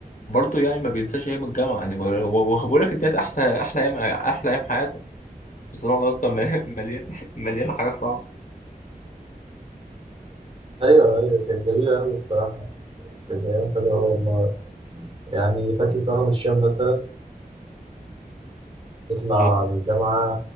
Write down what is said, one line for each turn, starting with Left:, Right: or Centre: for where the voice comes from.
Left: برضه يعني ما بينساش ايام الجامعه يعني وبقول لك ديت احسن احلى ايام احلى ايام حياتك بس والله يا اسطى مليان <laughs> مليان حاجات صعبه
Right: ايوه ايوه كانت جميله قوي بصراحه كانت ايام حلوه أوي والله يعني فاكر كرم الشام مثلا تطلع
Left: اه
Right: من الجامعه